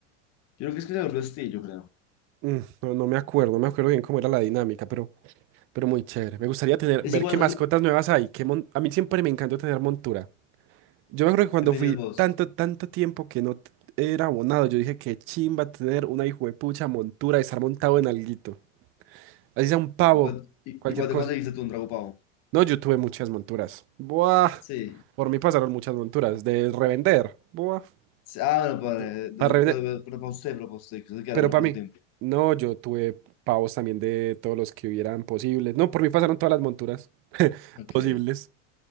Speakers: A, on the left; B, on the right.
A: Yo creo que es que se volvió hostil, yo creo.
B: Mm, No, no me acuerdo, no me acuerdo bien cómo era la dinámica, pero, pero muy chévere. Me gustaría tener,
A: Es
B: ver
A: igual,
B: qué mascotas nuevas hay. Qué mon- A mí siempre me encantó tener montura. Yo me acuerdo que cuando
A: ¿Qué tenías
B: fui
A: vos?
B: tanto, tanto tiempo que no t- era abonado, yo dije qué chimba tener una hijuepucha montura, y estar montado en alguito. Así sea un pavo,
A: ¿Y cuál, y,
B: cualquier
A: y cuál
B: cosa.
A: te conseguiste tú un trago pavo?
B: No, yo tuve muchas monturas. Buah.
A: Sí.
B: Por mí pasaron muchas monturas. De revender. Buah.
A: Sí, Ah, bueno,
B: Yo
A: padre,
B: tu-
A: de-
B: Para revender.
A: pero, pero- pero para usted, pero para usted, que se queda
B: Pero
A: harto
B: para mí.
A: tiempo.
B: No, yo tuve pavos también de todos los que hubieran posibles. No, por mí pasaron todas las monturas <laughs>
A: Ok.
B: posibles.